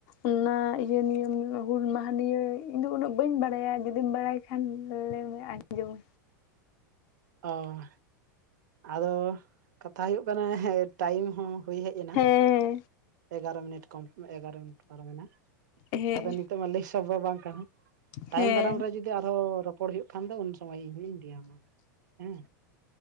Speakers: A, on the left; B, on the right.
A: ᱚᱱᱟ ᱤᱭᱟᱹ ᱱᱤᱭᱟᱹ ᱦᱩᱞ ᱢᱟᱦᱟ ᱱᱤᱭᱟᱹ ᱤᱧ ᱫᱚ ᱩᱱᱟᱹᱜ ᱵᱟᱹᱧ ᱵᱟᱲᱟᱭᱟ ᱡᱩᱫᱤᱢ ᱵᱟᱲᱟᱭᱼᱼ ᱠᱷᱟᱱ ᱞᱟᱹᱭ ᱢᱮ ᱟᱸᱡᱚᱢᱟ
B: ᱚᱻ ᱟᱫᱚ ᱠᱟᱛᱷᱟ ᱦᱩᱭᱩᱜ ᱠᱟᱱᱟ ᱦᱮ ᱴᱟᱭᱤᱢ ᱦᱚᱸ ᱦᱩᱭ ᱦᱮᱡ ᱮᱱᱟ
A: ᱦᱮᱸ
B: ᱮᱜᱟᱨᱳ ᱢᱤᱱᱤᱴ ᱠᱚᱢ ᱮᱜᱟᱨᱳ ᱢᱤᱱᱤᱴ ᱯᱟᱨᱚᱢ ᱮᱱᱟ
A: ᱦᱮᱸ
B: ᱟᱫᱚ ᱱᱤᱛᱚᱜ ᱢᱟ ᱞᱟᱹᱭ ᱥᱚᱢᱵᱷᱚᱵ ᱵᱟᱝ ᱠᱟᱱᱟ ᱛᱟᱭᱚᱢ
A: ᱦᱮᱸ
B: ᱫᱟᱨᱟᱢ ᱨᱮ ᱡᱩᱫᱤᱼᱼ ᱡᱩᱫᱤ ᱟᱨᱦᱚᱸ ᱨᱚᱯᱚᱲ ᱦᱩᱭᱩᱜ ᱠᱷᱟᱱ ᱫᱚ ᱩᱱ ᱥᱚᱢᱚᱭ ᱤᱧ ᱞᱟ. ᱭ ᱟᱢᱟ ᱦᱮᱸ